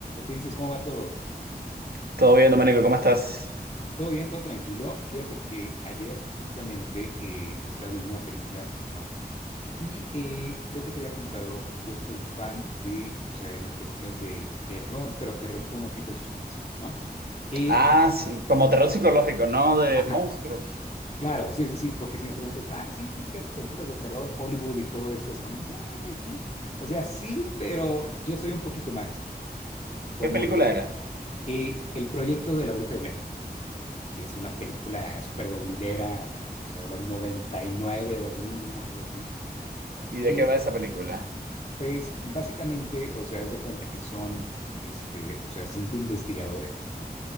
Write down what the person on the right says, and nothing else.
Todo bien, Domenico, ¿cómo estás?
Ah, sí, como terror psicológico, ¿no? De
monstruos.
¿Qué película
era?
¿Y de
qué va esa película?